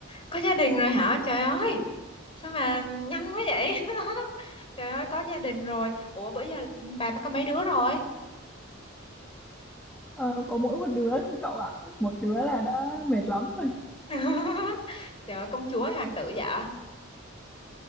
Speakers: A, on the left (about 25°); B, in the centre.
A: có gia đình rồi hả? Trời ơi, sao mà nhanh quá vậy? <laughs> Trời ơi, có gia đình rồi. Ủa, bữa giờ bà có mấy đứa rồi?
B: Ờ, có mỗi một đứa thôi cậu ạ một đứa là đã mệt lắm rồi
A: <laughs> Trời ơi, công chúa hoàng tử dạ.